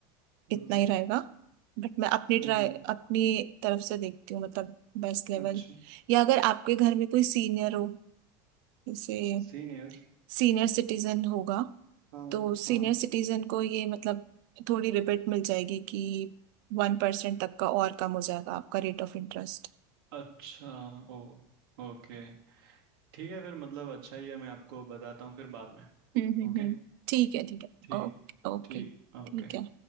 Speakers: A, on the right; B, on the right.
A: इतना
B: ओके
A: ही रहेगा बट मैं अपनी ट्राई
B: हम्म हम्म
A: अपनी तरफ से देखती हूँ मतलब बेस्ट लेवल
B: अच्छा
A: या अगर आपके घर में कोई सीनियर हो जैसे
B: सीनियर
A: सीनियर सिटीजन होगा
B: हाँ
A: तो सीनियर
B: हाँ
A: सिटीजन को ये मतलब थोड़ी रिबेट मिल जाएगी कि वन परसेंट तक का और कम हो जाएगा आपका रेट ऑफ इंटरेस्ट
B: अच्छा ओ ओके ठीक है फिर मतलब अच्छा ही है मैं आपको बताता हूँ फिर बाद में
A: हम्म हम्म
B: ओके
A: हम्म ठीक है ठीक है
B: ठीक
A: ओके ओके
B: ठीक ओके
A: ठीक है